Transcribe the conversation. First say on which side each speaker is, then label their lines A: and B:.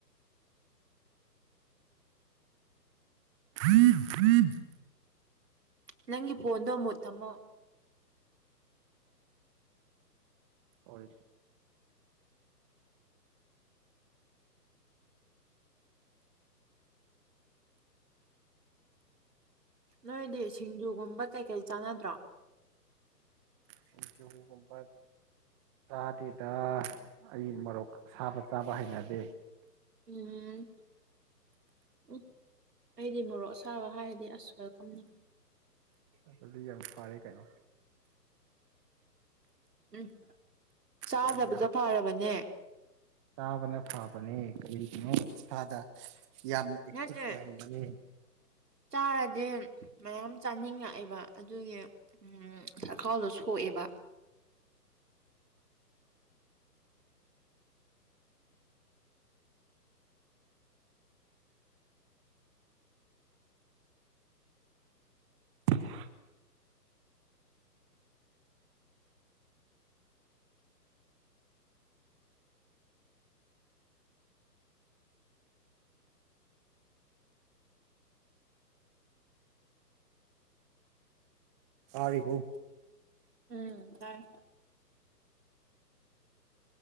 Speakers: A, on the right; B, on the right.
A: <unintelligible>
B: ꯅꯪꯒꯤ ꯐꯣꯟꯗꯣ ꯃꯨꯠ ꯊꯝꯃꯣ
A: ꯍꯣꯏ
B: ꯅꯣꯏꯗꯤ ꯁꯤꯡꯖꯨꯒꯨꯝꯕ ꯀꯩꯀꯩ ꯆꯥꯟꯅꯗ꯭ꯔꯣ
A: ꯁꯤꯡꯖꯒꯨꯝꯕ ꯆꯥꯗꯦꯗ ꯑꯩ ꯃꯔꯣꯛ ꯑꯁꯥꯕ ꯆꯥꯕ ꯍꯩꯅꯗꯦ
B: ꯎꯝ ꯎꯝ ꯑꯩꯗꯤ ꯃꯣꯔꯣꯛ ꯑꯁꯥꯕ ꯍꯥꯏꯔꯗꯤ ꯑꯁ ꯋꯦꯜꯀꯝꯅꯤ
A: ꯑꯗꯨꯗꯤ ꯌꯥꯝ ꯐꯔꯦ ꯀꯩꯅꯣ
B: ꯎꯝ ꯆꯥꯗꯕꯁꯨ
A: ꯑꯗꯨꯒꯤ
B: ꯐꯔꯕꯅꯦ
A: ꯆꯥꯕꯅ ꯐꯕꯅꯦ ꯀꯔꯤꯒꯤꯅꯣ ꯏꯁꯥꯗ ꯌꯥꯝꯅ ꯑꯦꯛꯇꯤꯚ
B: ꯅꯠꯇ꯭ꯔꯦ
A: ꯑꯣꯏꯍꯟꯕꯅꯦ
B: ꯆꯥꯔꯗꯤ ꯃꯌꯥꯝ ꯆꯥꯅꯤꯡꯉꯛꯑꯦꯕ ꯑꯗꯨꯒꯤ ꯎꯝ ꯆꯥꯛꯈꯥꯎꯗꯣ ꯁꯣꯛꯑꯦꯕ
A: <unintelligible> ꯇꯥꯔꯤꯕꯣ
B: ꯎꯝ ꯇꯥꯏ